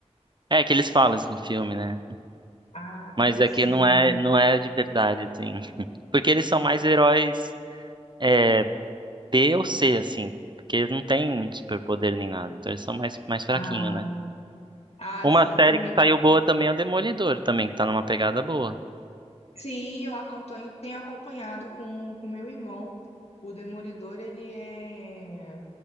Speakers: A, on the right (about 40°); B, on the left (about 60°).
A: É que eles falam isso no filme, né?
B: Ah,
A: Mas aqui
B: sim.
A: não é, não é de verdade, assim. <laughs> Porque eles são mais heróis é, B ou C, assim. Porque eles não têm muito superpoder nem nada. Então eles são mais, mais fraquinhos,
B: Ah,
A: né?
B: ah,
A: Uma
B: sim,
A: série
B: entendi.
A: que saiu boa também é o Demolidor, também, que tá numa pegada boa.
B: Sim, eu aco- tô- tenho acompanhado com com meu irmão. O Demolidor, ele é.